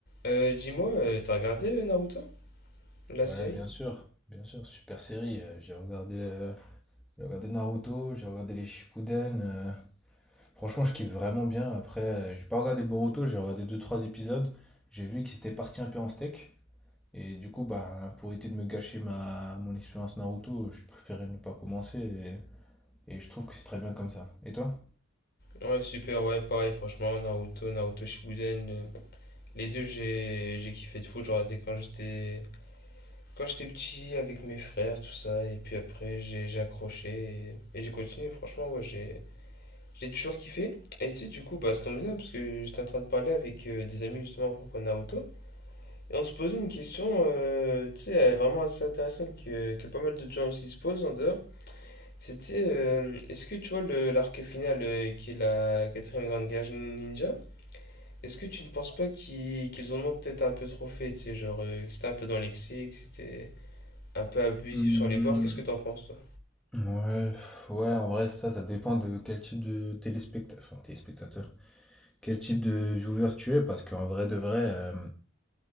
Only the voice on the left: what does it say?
Euh, dis-moi, euh, t'as regardé euh, Naruto, la
série?
Ouais, super, ouais, pareil, franchement, Naruto, Naruto Shippuden, euh, les deux, j'ai j'ai kiffé de fou, j'en regardais quand j'étais quand j'étais petit avec mes frères, tout ça, et puis après, j'ai j'ai accroché et, et j'ai continué, franchement, ouais, j'ai j'ai toujours kiffé. Et tu sais, du coup, bah, ça tombe bien, parce que j'étais en train de parler avec euh, des amis justement à propos de Naruto, et on se posait une question, euh, tu sais, euh, vraiment assez intéressante que, que pas mal de gens aussi se posent en dehors. C'était. euh, Est-ce que tu vois le- l'arc final euh, qui est la quatrième grande guerre ninja? Est-ce que tu ne penses pas qu'ils qu'ils en ont peut-être un peu trop fait, tu sais, genre euh, que c'était un peu dans l'excès, que c'était un peu abusif
sur les bords? Qu'est-ce que t'en penses, toi?